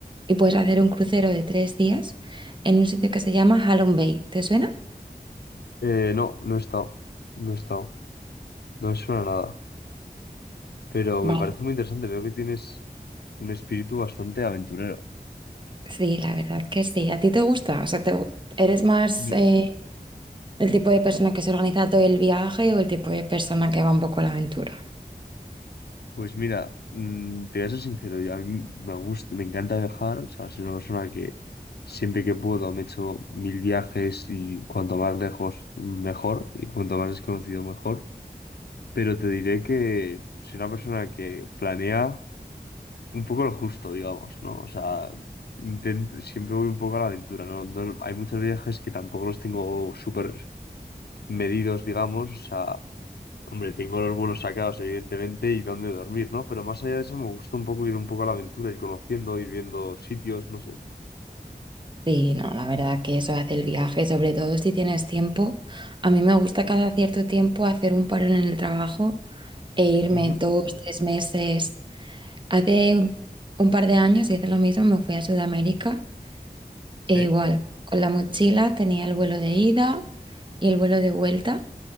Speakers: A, on the right; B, on the left.
A: Y puedes hacer un crucero de tres días en un sitio que se llama Halong Bay. ¿Te suena?
B: Eh, no, no he estado, no he estado, no me suena nada, pero
A: Vale.
B: me parece muy interesante, veo que tienes... Un espíritu bastante aventurero.
A: Sí, la verdad que sí. ¿A ti te gusta? O sea, te- ¿eres más
B: Mi-
A: eh, el tipo de persona que se organiza todo el viaje o el tipo de persona que va un poco a la aventura?
B: Pues mira, mm, te voy a ser sincero, yo- a mí me gusta, me encanta viajar, o sea, soy una persona que siempre que puedo me echo mil viajes y cuanto más lejos mejor y cuanto más desconocido mejor, pero te diré que soy una persona que planea un poco lo justo, digamos, ¿no? O sea, intento- siempre voy un poco a la aventura, ¿no? No- hay muchos viajes que tampoco los tengo súper medidos, digamos, o sea, Hombre, tengo los vuelos sacados, evidentemente, y dónde dormir, ¿no? Pero más allá de eso, me gusta un poco ir un poco a la aventura, ir conociendo, ir viendo sitios, no sé.
A: Sí, no, la verdad que eso hace el viaje, sobre todo si tienes tiempo. A mí me gusta cada cierto tiempo hacer un parón en el trabajo e irme
B: Ujú,
A: dos, tres meses Hace un par de años hice lo mismo, me fui a Sudamérica
B: sí.
A: e igual, con la mochila tenía el vuelo de ida y el vuelo de vuelta